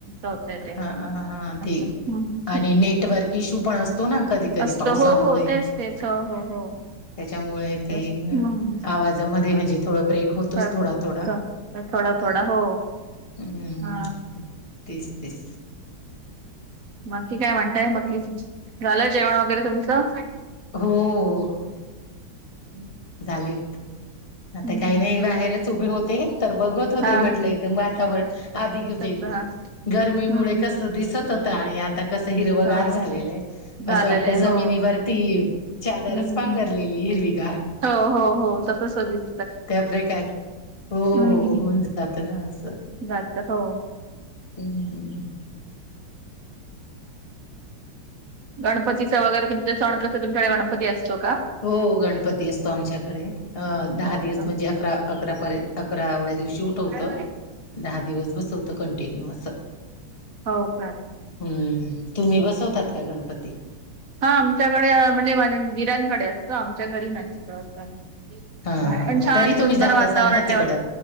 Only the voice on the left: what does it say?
हा हा
ते
आणि नेटवर्क इश्यू पण असतो ना कधी कधी
पावसामुळे
त्याच्यामुळे काही
आवाजामध्ये म्हणजे मध्ये थोडं ब्रेक. होतोच
थोडा
थोडा.
हम्म
हम्म
तेच तेच.
हो. हो.
झालीत आता
काही
नाही बाहेरच उभी होते तर बघत होते
म्हटलंय एकदम वातावरण आधी कसे
गर्मीमुळे
कस दिसत होतं आणि आ आता कसं हिरवगार
झालेलं आहे.
असं वाटतं
जमिनीवरती
चादरच
पांघरलेली हे हिरवीगार.
त्या प्रकारे हो
हो होऊन जातं ना असं.
हम्म.
हो गणपती असतो आमच्याकडे अ दहा
दिवस
म्हणजे अकरा. अकरापर्यंत अकराव्या दिवशी उठवतो
दहा दिवस बसवतो कंटिन्यू असं.
हम्म तुम्ही बसवतात का गणपती
हा हा
तरी तुम्ही
जात
असाल ना तिकडं